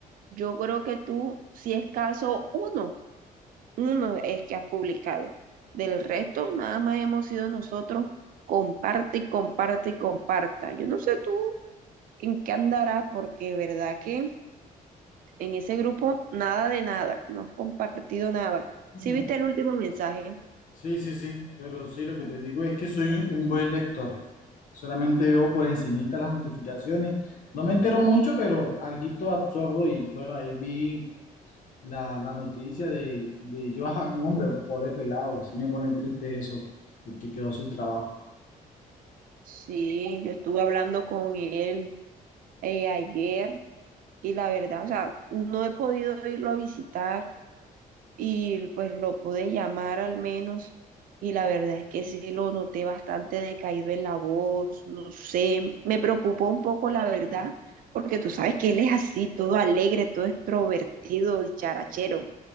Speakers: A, on the right; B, on the left.
A: yo creo que tú, si es caso, uno uno es que has publicado. Del resto, nada más hemos sido nosotros, comparte y comparte y comparta. Yo no sé tú en qué andarás, porque verdad que en ese grupo nada de nada, no has compartido nada.
B: Mm.
A: ¿Sí viste el último mensaje?
B: Sí, sí, sí, pero sí, lo que te digo es que soy un un buen lector. Solamente veo por encimita las notificaciones. No me entero mucho, pero alguito absorbo y bueno, ahí vi la, la noticia de, de Johan, hombre, pobre pelado, sí me pone triste eso, de que quedó sin trabajo.
A: Sí, yo estuve hablando con él eh, ayer y la verdad, o sea, no he podido irlo a visitar y pues lo pude llamar al menos y la verdad es que sí lo noté bastante decaído en la voz, no sé, me preocupó un poco la verdad, porque tú sabes que él es así, todo alegre, todo extrovertido y charachero,